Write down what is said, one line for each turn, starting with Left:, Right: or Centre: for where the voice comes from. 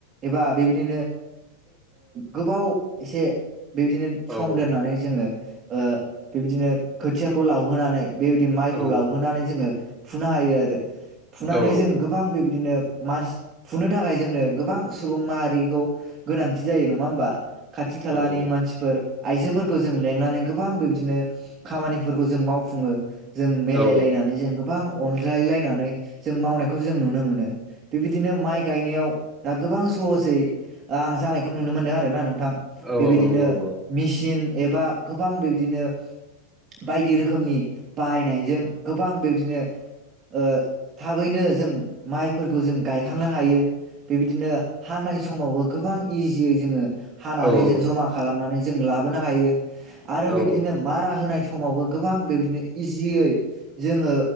Right: एबा बेबायदिनो गोबाव एसे बेबायदिनो सम
Centre: औ
Right: दोननानै जोङो ओ बेबायदिनो खोथियाखौ लावहोनानै बेबायदि माइखौ
Centre: औ
Right: लावहोनानै जोङो फुना हायो आरो फुनानै
Centre: औ
Right: जों गोबां बेबायदिनो मानसि फुनो थाखाय जोंनो गोबां सुबुं माहारिखौ गोनांथि जायो नङा होमबा खाथि खालानि
Centre: नंगौ
Right: मानसिफोर आइजोफोरखौ जों लेंनानै गोबां बेबायदिनो खामानिफोरखौ जों मावफुङो जों मेलाय
Centre: औ
Right: लायनानै जों गोबां अनज्लाय लायनानै जों मावनायखौ जों नुनो मोनो बेबायदिनो माइ गायनायाव दा गोबां सहसै आं जानायखौ नुनो मोनो आरो ना नों थां
Centre: औ
Right: बेबायदिनो
Centre: औ नंगौ नंगौ
Right: मिचिन एबा गोबां बिदिनो बायदि रोखोमनि बाहायनायजों गोबां बेबदिनो ओ थाबैनो जों माइफोर खौ जों गायखांनो हायो बेबायदिनो हानाय समावबो गोबां इजियै जोङो हानानै
Centre: औ
Right: जों जमा खालामनानै जों लाबोनो हायो आरो
Centre: औ
Right: बेबायदिनो मारा होनाय सम समावबो गोबां बेबायदिनो इजियै जोङो